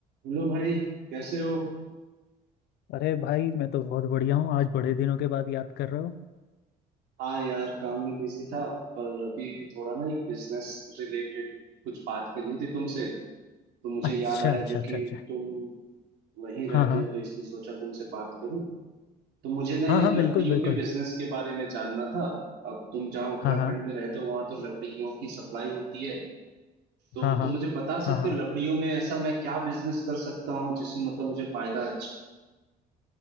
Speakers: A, on the right (about 80°); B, on the left (about 80°).
A: Hello भाई कैसे हो
B: अरे भाई मैं तो बहुत बढ़िया हूँ आज बड़े दिनों के बाद याद कर रहे हो
A: हाँ यार काम में बिजी था पर अभी थोड़ा ना एक बिजनेस रिलेटेड कुछ बात करनी थी तुमसे तो मुझे
B: अच्छा
A: याद आया
B: अच्छा
A: जो
B: अच्छा
A: कि
B: अच्छा
A: तुम वहीं रहते
B: हाँ हाँ
A: हो तो इसलिए सोचा तुमसे बात करूं तो मुझे ना
B: हाँ
A: यार
B: हाँ बिल्कुल
A: लकड़ियों
B: बिल्कुल
A: के बिजनेस के बारे में जानना था अब तुम जहाँ उत्तराखंड
B: हाँ हाँ
A: में रहते हो वहां तो लकड़ियों की सप्लाई होती है तो
B: हाँ हाँ
A: तुम मुझे बता
B: हाँ
A: सकते
B: हाँ
A: हो लकड़ियों में ऐसा मैं क्या बिजनेस कर सकता हूँ जिसमें मतलब मुझे फायदा अच्छा